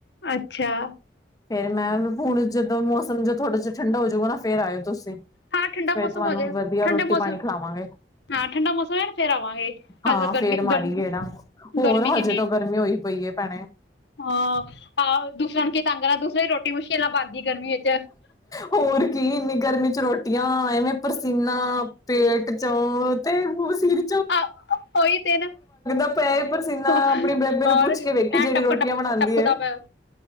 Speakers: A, on the left; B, on the left.
A: ਅੱਛਾ।
B: ਫੇਰ, ਮੈਂ ਹੁਣ ਜਦੋਂ ਮੌਸਮ ਜੋਂ ਥੋੜ੍ਹਾ ਜਿਹਾ ਠੰਡਾ ਹੋਜੂਗਾ ਨਾ ਫੇਰ ਆਇਓ ਤੁਸੀਂ।
A: ਹਾਂ ਠੰਡਾ
B: ਫੇਰ,
A: ਮੌਸਮ
B: ਤੁਹਾਨੂੰ
A: ਹੋ ਜਾਏ
B: ਵਧੀਆ
A: ਠੰਡੇ
B: ਰੋਟੀ
A: ਮੌਸਮ
B: ਪਾਣੀ ਖਿਲਾਵਾਂਗੇ।
A: ਹਾਂ, ਠੰਡਾ ਮੌਸਮ ਹੈ ਫੇਰ ਆਵਾਂਗੇ।
B: ਹਾਂ
A: ਅਜ ਗਰਮੀ
B: ਫੇਰ ਮਾਰੀ
A: -ਗਰਮੀ-
B: ਗੇੜਾ ਹੋਰ
A: ਗਰਮੀ
B: ਹਜੇ
A: ਕਿੰਨੀ,
B: ਤੋਂ ਗਰਮੀ ਹੋਈ ਪਈ ਹੈ ਭੈਣੇ
A: ਹਾਂ। ਹਾਂ ਦੂਸਰੇ ਨੂੰ ਕੀ ਤੰਗ ਕਰਨਾ, ਦੂਸਰੇ ਰੋਟੀ ਮੁਸ਼ਕਿਲ ਨਾਲ ਬਣਦੀ ਗਰਮੀ ਵਿੱਚ।
B: ਹੋਰ ਕੀ ਇੰਨੀ ਗਰਮੀ ਚ ਰੋਟੀਆਂ, ਐਵੇਂ ਪਸੀਨਾ, ਪੇਟ ਚੋਂ ਤੇ ਵਸੀਰ।
A: ਆ। ਉਹੀ ਤੇ ਨਾ,
B: ਪਿਆ ਪਰਸੀਨਾ
A: ਹੋਰ
B: ਆਪਣੀ ਬੇਬੇ ਨੂੰ ਪੁੱਛ
A: ਐ
B: ਕੇ ਵੇਖੀ ਜਿਹੜੀ
A: ਟਪ-
B: ਰੋਟੀਆਂ
A: ਟਪ
B: ਬਣਾਉਂਦੀ
A: ਟਪਦਾ
B: ਹੈ
A: ਪਿਆ।